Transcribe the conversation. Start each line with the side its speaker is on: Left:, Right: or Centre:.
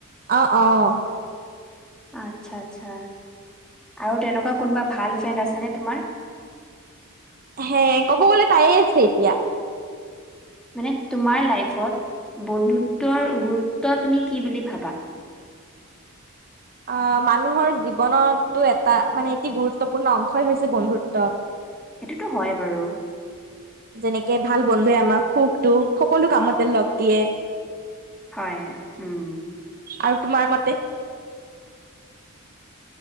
Right: অহ অহ
Centre: আচ্ছা আচ্ছা আৰু তেনেকুৱা কোনোবা ভাল ফ্ৰেণ্ড আছেনে তোমাৰ
Right: হে ক'ব গ'লে তায়ে আছে এতিয়া
Centre: মানে তোমাৰ লাইফত বন্ধুত্বৰ গুৰুত্ব তুমি কি বুলি ভাবা
Right: অহ মানুহৰ জীৱনতো এটা মানে এটি গুৰুত্বপূৰ্ণ অংশই হৈছে বন্ধুত্ব
Centre: সেইটোতো হয় বাৰু
Right: যেনেকে ভাল বন্ধুৱে আমাক সুখ দুখ সকলো কামতে লগ দিয়ে
Centre: হয় উম
Right: আৰু তোমাৰ মতে